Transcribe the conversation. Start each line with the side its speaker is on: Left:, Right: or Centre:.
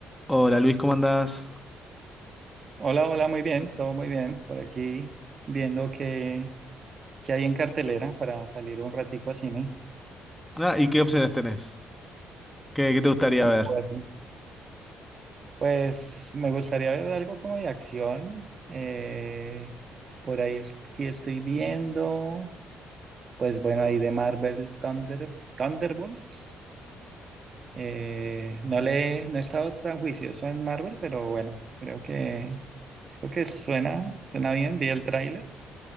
Centre: Hola Luis, ¿cómo andás?
Right: Hola, hola, muy bien, todo muy bien. Por aquí viendo qué, qué hay en cartelera para salir un ratico a cine.
Centre: Ah, ¿y qué opciones tenés? ¿Qué, qué te gustaría
Right: Bueno,
Centre: ver?
Right: pues me gustaría ver algo como de acción. eh, por ahí aquí estoy viendo, pues bueno, ahí de Marvel Thunder, Thunderbolts. Eh, no le, no he estado tan juicioso en Marvel, pero bueno, creo que, creo que suena, suena bien. Vi el tráiler.